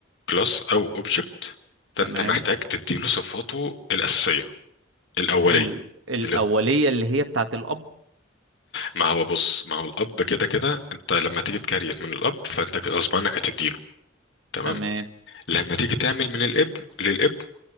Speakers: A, on the left; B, on the right.
A: كلاس او اوبجكت فانت
B: تمام
A: محتاج تديله صفاته الاساسية الاولية
B: حلو الأولية
A: اللي-
B: اللي هي بتاعت الأب
A: ما هو بص ما هو الاب كده كده انت لما تيجي تكريت من الاب فانت غصب عنك هتديله تمام
B: تمام
A: لما تيجي تعمل من الابن للابن